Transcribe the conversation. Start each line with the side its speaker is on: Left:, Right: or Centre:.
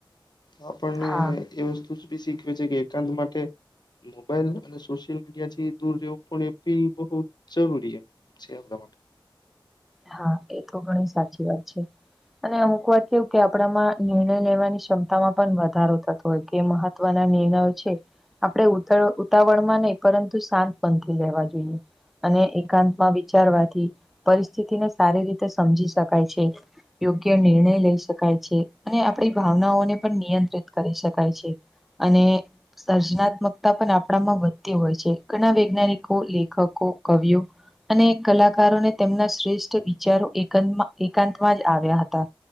Left: આપણને
Centre: હા
Left: એ વસ્તુ જ બી શીખવે છે કે એકાંત માટે મોબાઈલ અને સોશિયલ મીડિયા થી દૂર રહેવું પણ એ પી બહુ જરૂરી. જ <unintelligible>
Centre: હા એ તો ઘણી સાચી વાત છે. અને અમુક વાત કેવું કે આપણામાં નિર્ણય લેવાની ક્ષમતામાં પણ વધારો થતો હોય કે મહત્વના નિર્ણયો છે. આપણે ઉ ઉતાવળ માં નહી પરંતુ શાંત પણનથી લેવા જોઈએ. અને એકાંતમાં વિચારવાથી પરિસ્થિતિને સારી રીતે સમજી શકાય છે. યોગ્ય નિર્ણય લઈ શકાય છે અને આપણી ભાવનાઓને પણ નિયંત્રિત કરી શકાય છે. અને. સર્જનાત્મકતા પણ આપણામાં વધતી હોય છે ઘણા વૈજ્ઞાનિકો લેખકો કવિઓ અને કલાકારોને તેમના શ્રેષ્ઠ વિચારો એક એકાંતમાં જ આવ્યા હતા.